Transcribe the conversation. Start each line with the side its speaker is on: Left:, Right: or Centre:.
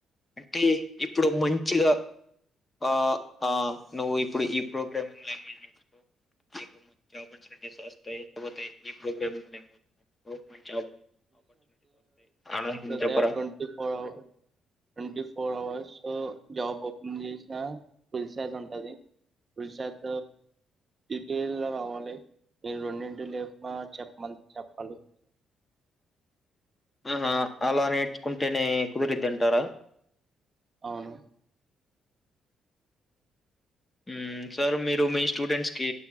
Left: అంటే ఇప్పుడు మంచిగా ఆహ్ ఆహ్ నువ్వు ఇప్పుడు ఈ ప్రోగ్రామింగ్ లాంగ్వేజ్ నేర్చుకో మంచి ఆపర్చునిటీస్ వస్తాయి లేకపోతే ఈ ప్రోగ్రామింగ్ లాంగ్వేజ్ నేర్చకో అలా చెప్పరా
Right: twenty four hour twenty four hours job open చేసిన ఫుల్ శాత్ ఉంటుంది ఫుల్ శాత్ డీటెల్గా రావాలి నేను రెండింటికి లేపి చెప్పమంది చెప్పాలి
Left: ఆహా అలా నేర్చుకుంటేనే కుదిరిద్ది అంటారా
Right: అవును
Left: ఊ సార్ మీరు మీ స్టూడెంట్స్ కి